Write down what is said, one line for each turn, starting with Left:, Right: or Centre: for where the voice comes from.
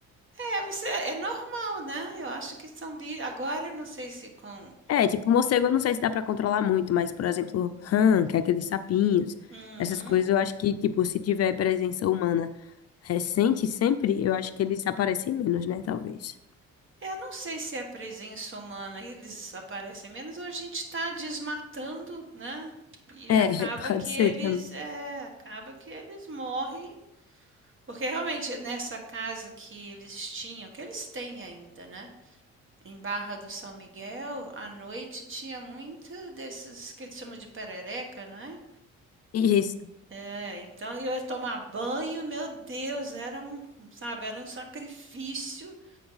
Right: é, mas é é normal, né, eu acho que são bi agora eu não sei se com
Left: É, tipo, morcego eu não sei se dá pra controlar muito, mas, por exemplo, rã, que é aqueles sapinhos,
Right: uhum.
Left: essas coisas eu acho que, tipo, se tiver presença humana recente sempre, eu acho que eles aparecem menos, né? Talvez.
Right: Eu não sei se é a presença humana, eles aparecem menos ou a gente está desmatando, né, e
Left: É,
Right: acaba
Left: <laughs> pode
Right: que
Left: ser
Right: eles
Left: também.
Right: é, acaba que eles morrem, porque realmente nessa casa que eles tinham que eles têm ainda, né. em Barra do São Miguel, à noite tinha muito desses que eles chamam de perereca, né?
Left: Isso.
Right: É, É, então eu ia tomar banho, meu Deus, era um, sabe, era um sacrifício,